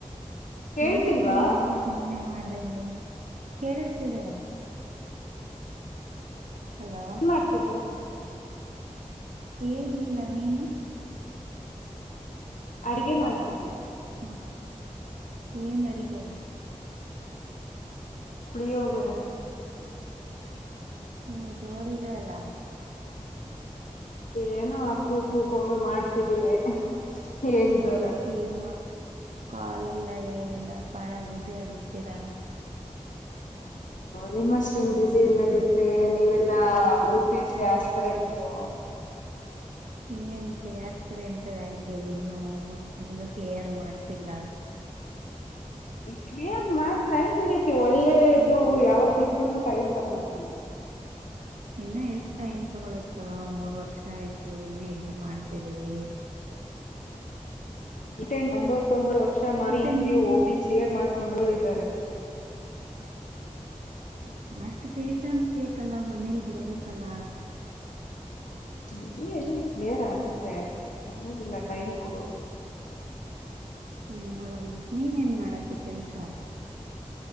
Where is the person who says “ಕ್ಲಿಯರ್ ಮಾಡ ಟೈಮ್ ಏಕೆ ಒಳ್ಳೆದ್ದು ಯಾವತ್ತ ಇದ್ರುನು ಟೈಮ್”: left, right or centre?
Left